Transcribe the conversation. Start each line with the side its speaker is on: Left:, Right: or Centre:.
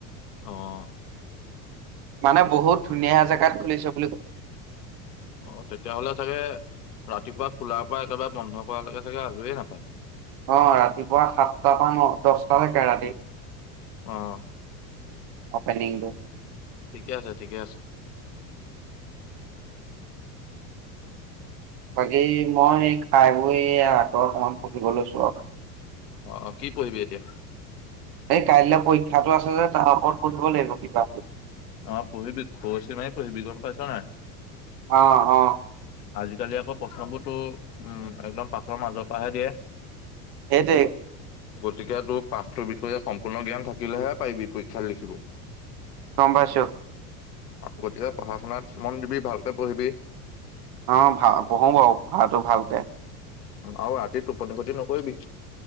Left: অ'।
Right: মানে বহুত ধুনীয়া জেগাত খুলিছে বুলি
Left: অ' তেতিয়াহ'লে চাগে ৰাতিপুৱা খোলাৰ পৰা একেবাৰে বন্ধ কৰালৈকে চাগে আজৰিয়ে নাপায়।
Right: অ' ৰাতিপুৱা সাতটা পৰা ন-দশটালৈকে ৰাতি।
Left: অ'।
Right: অপেনিঙটো
Left: ঠিকে আছে, ঠিকে আছে।
Right: বাকী মই, এই খাই বৈ আকৌ অকমান পঢ়িব লৈছো আৰু।
Left: অ' কি পঢ়িবি এতিয়া?
Right: এই কাইলৈ পৰীক্ষাটো আছে যে, তাৰ ওপৰত পঢ়িব লাগিব কিবা।
Left: অ' পঢ়িবি, খৰচি মাৰি পঢ়িবি গম পাইছ নাই?
Right: অ' অ'।
Left: আজিকালি আকৌ প্ৰশ্নবোৰতো, উম। একদম পাঠৰ মাজৰ পৰাহে দিয়ে,
Right: সেইটোৱে
Left: গতিকে তোৰ পাঠ তোৰ বিষয়ে সম্পূৰ্ণ জ্ঞান থাকিলেহে পাৰিবি, পৰীক্ষাত লিখিব।
Right: গম পাইছোঁ
Left: গতিকে পঢ়া শুনাত মন দিবি ভালকে পঢ়িবি
Right: অ পঢ়ো বাও পঢ়াটো ভালকে
Left: আও ৰাতি টোপনি খতি নকৰিবি